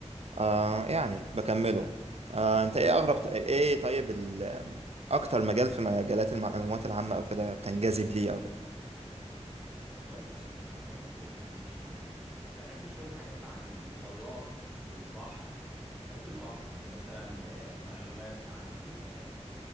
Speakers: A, on the right; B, in the centre.
A: آه يعني بكمله آه انت ايه اغرب ايه طيب ال- اكتر مجال في مجالات المعلومات العامة او كده بتنجذب ليه او
B: والله بص انا بحب يعني بحب شوية حاجات عن الفضاء والبحر بحب البحر يعني مثلا آه، معلومات عن ال- آه،